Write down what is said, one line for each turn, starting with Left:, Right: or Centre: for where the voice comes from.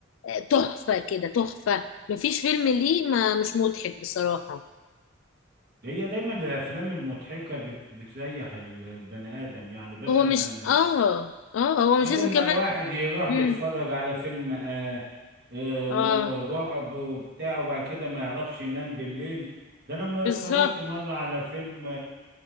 Left: آه، تحفه كده تحفه مفيش فيلم ليه ما مش مضحك بصراحه
Right: هي دايما الافلام المضحكه بت... بتريح ال- البني ادم يعني بدل
Left: هو مش
Right: ما ال...
Left: اه اه هو
Right: بدل
Left: مش لازم
Right: ما
Left: كمان
Right: الواحد يروح
Left: مم.
Right: متفرج على فيلم آه آه
Left: اه
Right: م- رعب وبتاع وبعد كده ما يعرفش ينام بالليل ده لما
Left: بالظبط
Right: اتفرجت مره على فيلم